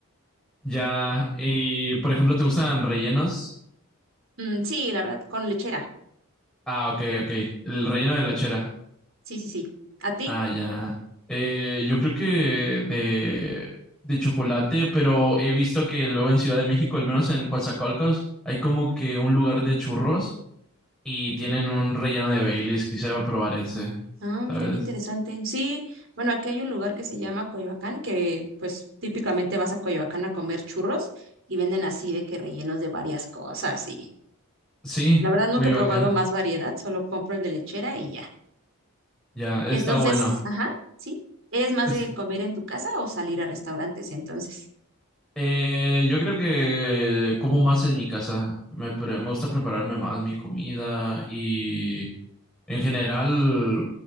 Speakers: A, in the centre; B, on the right.
A: Ya. Y, por ejemplo, ¿te gustan rellenos?
B: Mm, sí, la verdad, con lechera.
A: Ah, ok, ok. El relleno de la chera.
B: Sí, sí, sí. ¿A ti?
A: Ah, ya. Eh, yo creo que de, de chocolate, pero he visto que luego en Ciudad de México, al menos en Coatzacoalcos, hay como que un lugar de churros y tienen un relleno de Baileys. Quisiera probar ese,
B: Ah,
A: ¿sabes?
B: mira qué interesante. Sí, bueno, aquí hay un lugar que se llama Coyoacán, que pues típicamente vas a Coyoacán a comer churros y venden así de que rellenos de varias cosas y
A: Sí,
B: la verdad nunca
A: Coyoacán.
B: he probado más variedad, solo compro el de lechera y ya.
A: Ya, está
B: Y entonces,
A: bueno.
B: ajá, sí. ¿Eres más
A: Es-
B: de comer en tu casa o salir a restaurantes entonces?
A: eh, yo creo que como más en mi casa. Me, pre- me gusta prepararme más mi comida y en general,